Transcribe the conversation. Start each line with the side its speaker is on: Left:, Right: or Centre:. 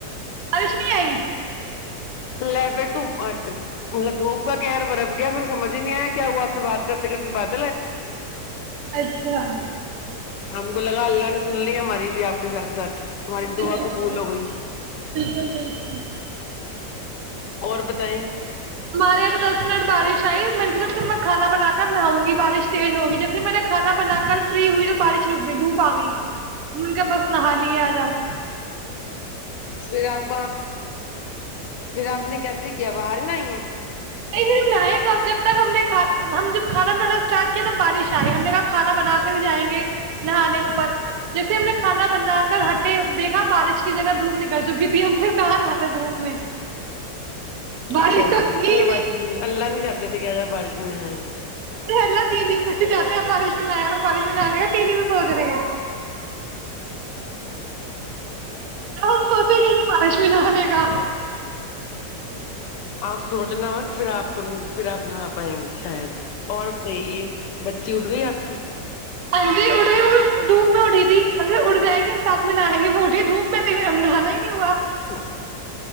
Right: رشمی آئی
Left: ل پھر توطب دھوپ کا کہر برپ گیا پھر سمجھ ہی نہیں آیا کیا وہ آپ سے بات کرتے کرتے بات
Right: اچھا
Left: ہم کو لگا اللہ نے سن لی ہماری بھی آپ کے ساتھ ساتھ ہماری
Right: بالکل
Left: دعا قبول ہو گئی
Right: بالکل بالکل
Left: اور بتائیں
Right: ہمارے یہاں تو دس منٹ بارش آئی کانا بنا کر نہاؤں گی بارش تیز ہوگی جیسے میں نے کھانا بنا کر فری ہوئی تو بارش رک گئی دھوپ آ گئی نے کہ بس نہا لی آج آپ
Left: پھر آپ پھر آپ نے کیسے کیا باہر ہی ن آئی ہیں
Right: نہیںھر نہ کب جب تک ہم نے ہم جب کھانا بنانا اسٹارٹ کیا تب بارش آئے ہم نے کہ کھانا بنا کر ہی جائیں گے نہانے اوپر جیسے ہم نے کھانا بنا کر ہٹے دیکھا بارش کی جگہ دھوپ نکل چکی تھی ہم پھر کہاں نہاتے دھوپ میں بارش
Left: چلیے
Right: تو ت
Left: کوئی
Right: نہیں
Left: بات اللہ نہیں چاہتے سے کیا ج بارش میں نہائی
Right: ارےلا تین د چاہتے مالش منا میں مالش منا لے گا تینن سوچ رہے ہیں ا ہم سوچیں گے نہیں بارش بھی نہ آنے کا
Left: آپ سوچنا مس پھر آپ کو پھر آپ نہا پائیں گی شاید اور بتائیے بچی اٹھ گئی آپ کی
Right: ہ جی اڑی وہ دھوپ میں اڑی تھی اڑ جائے گی ہم سھ میں نہائیں گے وہ اٹی دھوپ میں پھر ہم نہانا ہی نہیں ہوا
Left: ہ <inaudible>